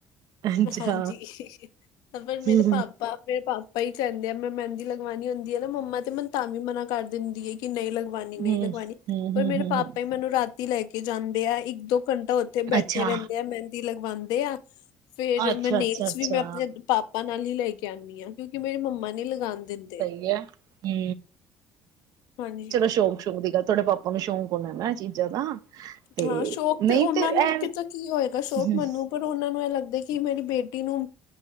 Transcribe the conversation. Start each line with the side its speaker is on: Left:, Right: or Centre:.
Right: ਅੱਛਾ
Left: ਹਾਂਜੀ ਪਰ ਮੇਰੇ
Right: ਹੂੰ
Left: ਪਾਪਾ ਮੇਰੇ ਪਾਪਾ ਆਪ ਹੀ ਕਹਿੰਦੇ ਆ ਮੈਂ ਮਹਿੰਦੀ ਲਗਵਾਉਣੀ ਹੁੰਦੀ ਆ ਨਾ ਮੰਮਾ ਤੇ ਮੈਨੂੰ ਤਾਂ ਵੀ ਮਨਾ ਕਰ ਦਿੰਦੀ ਏ ਕਿ ਨਹੀਂ ਲ ਨਹੀਂ ਲਗਵਾਉਣੀ ਨਈ
Right: ਹੂੰ
Left: ਲਗਵਾਣੀ
Right: ਹੂੰ
Left: ਪਰ
Right: ਹੂੰ
Left: ਮੇਰੇ
Right: ਹੂੰ
Left: ਪਾਪਾ ਈ ਮੈਨੂੰ ਰਾਤ ਤੀ ਲੈ ਕੇ ਜਾਂਦੇ ਆ ਇੱਕ ਦੋ ਘੰਟਾ ਉੱਥੇ ਬੈਠੇ
Right: ਅੱਛਾ
Left: ਰਹਿੰਦੇ ਆ ਮਹਿੰਦੀ ਲਗਵਾਉਂਦੇ ਆ ਫੇਰ
Right: ਅੱਛਾ
Left: ਮੈਂ ਨੇਲਸ
Right: ਅੱਛਾ ਅੱਛਾ
Left: ਵੀ ਮੈਂ ਆਪਣੇ ਪਾਪਾ ਨਾਲ ਹੀ ਲਗਵਾ ਕੇ ਆਉਂਦੀ ਆਂ ਕਿਉਂਕਿ ਮੇਰੀ ਮੰਮਾ ਨ ਲਗਾਉਣ ਦਿੰਦੀ
Right: ਆ ਹੂੰ
Left: ਹਾਂਜੀ
Right: ਚਲੋ ਸ਼ੌਕ ਸ਼ੌਕ ਦੀ ਗੱਲ ਤੁਹਾਡੇ ਪਾਪਾ ਨੂੰ ਸ਼ੌਕ ਹੋਣਾ ਨਾ ਚੀਜ਼ਾਂ ਦਾ ਤੇ
Left: ਹਾਂ ਸ਼ੌਕ
Right: ਨਹੀਂ
Left: ਤੇ ਉਹਨਾਂ ਨੂੰ
Right: ਐ
Left: ਕਿਤੇ ਕੀ ਹੋਏਗਾ ਸ਼ੌਕ
Right: ਹਮ,
Left: ਮੈਨੂੰ ਪਰ ਉਹਨਾਂ ਨੂੰ ਇਹ ਲੱਗਦਾ ਕਿ ਮੇਰੀ ਬੇਟੀ ਨੂੰ,